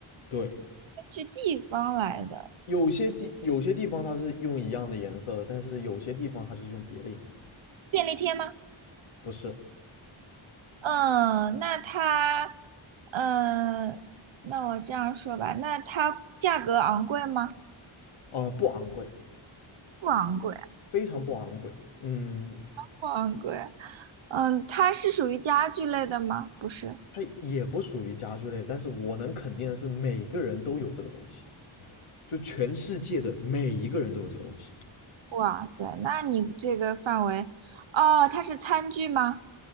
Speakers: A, on the left; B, on the right.
A: 对，
B: 根据地方来的。
A: 有些地有些地方它是用一样的颜色的，但是有些地方它就是用别的颜色，
B: 便利贴吗？
A: 不是，
B: 嗯，那它，嗯，那我这样说吧，那它价格昂贵吗？
A: 啊呃，不昂贵，
B: 不昂贵。
A: 非常不昂贵。嗯，
B: 不昂贵。嗯，它是属于家具类的吗？不是。
A: 它也不属于家具类，但是我能肯定的是，每个人都有这个东西，就全世界的每一个人都有这个东西。
B: 哇塞，那你这个范围，哦，它是餐具吗？